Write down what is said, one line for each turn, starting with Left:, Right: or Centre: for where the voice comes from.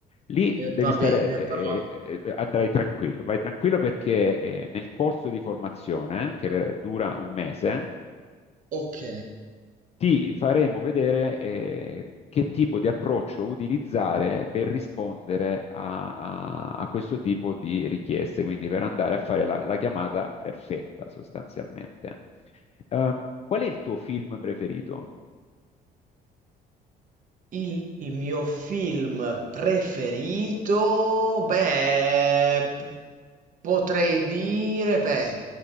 Left: Lì
Right: Eh,
Left: devi
Right: va
Left: stare,
Right: bene,
Left: eh,
Right: però.
Left: eh, eh, andrai tranquillo, vai tranquillo perché eh, nel corso di formazione, che per- dura un mese,
Right: Ok.
Left: ti faremo vedere eh, che tipo di approccio utilizzare per rispondere a, a- a questo tipo di richieste, quindi per andare a fare la, la chiamata perfetta sostanzialmente. Ehm, qual è il tuo film preferito?
Right: Il mio film preferito, beh, p- potrei dire, beh,